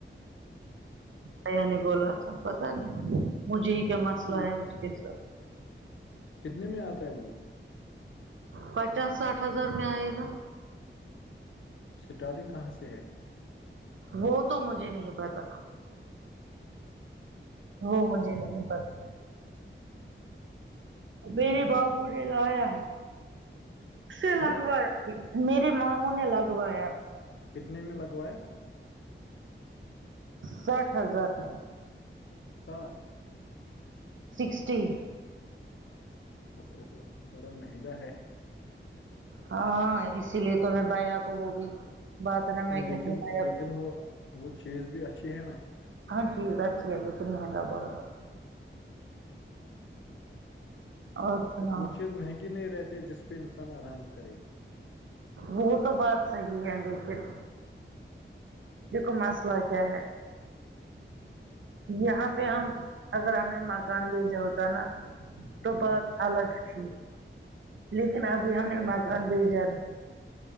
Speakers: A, on the right; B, on the left.
A: بایا نے بولا تھا پتا نہیں مجھے ہی کیا مسئلہ
B: تو
A: آیا اس کے ساتھ
B: کتنے میں آتا ہے وہ
A: پچاس ساٹھ ہزار میں آئے گا
B: اسٹارٹنگ کہاں سے ہے
A: وہ تو مجھے نہیں پتا وہ مجھے نہیں پسند میرے ماموں نے لایا ہے اس سے
B: ہاں
A: لگوایا ابھی میرے ماموں نے لگوایا
B: کتنے میں لگوایا
A: ساٹھ ہزار کا
B: ساٹھ
A: سکسٹی
B: اف اف اف بڑا مہنگا ہے
A: ہاں اسی لیے تو میں بایا کو وہ بھی بات نا میں
B: نہیں لیکن
A: کہتی ہوں بایا
B: لیکن وہ وہ چیز بھی اچھی ہے نا
A: ہاں چیز اچھی ہی ہے لیکن مہنگا بہت ہے اور سناؤ
B: وہ چیز مہنگی نہیں رہتی جس پہ انسان آرام کرے
A: وہ تو بات صحیح ہے لیکن دیکھو مسئلہ کیا ہے یہاں پہ ہم اگر ہمیں مکان بھیجا ہوتا نا
B: ہوں
A: تو بات الگ تھی لیکن ابھی ہم نے مکان بھیجا نہیں